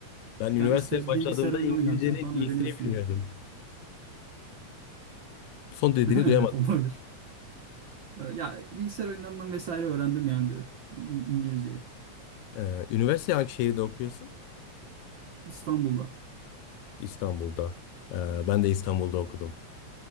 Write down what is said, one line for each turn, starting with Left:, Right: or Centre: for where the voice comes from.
Left: ben
Right: Çünkü
Left: üniversiteye
Right: hani ister
Left: başladığımda
Right: bilgisayar oyunu
Left: İngilizcenin
Right: oynarken falan
Left: iyisini
Right: öğreniyorsun
Left: bilmiyordum.
Right: yani.
Left: Son dediğini
Right: <laughs>
Left: duyamadım.
Right: Evet olabilir. E, ya bilgisayar oyunlarından vesaire öğrendim yani diyorum İng- İngilizceyi.
Left: Ee, üniversite hangi şehirde okuyorsun?
Right: İstanbul'da.
Left: İstanbul'da. Ee, ben de İstanbul'da okudum.